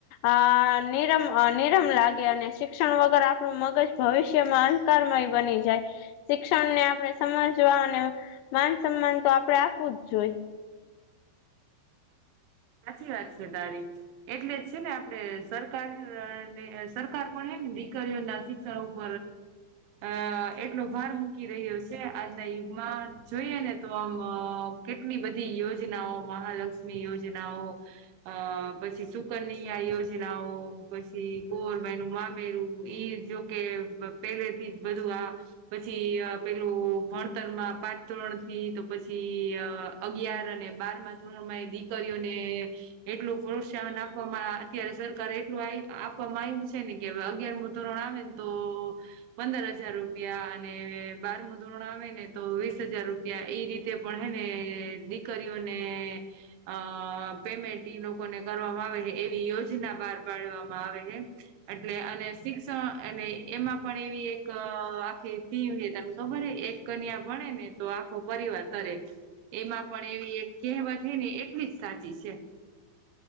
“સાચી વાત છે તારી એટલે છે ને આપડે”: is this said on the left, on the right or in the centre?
Right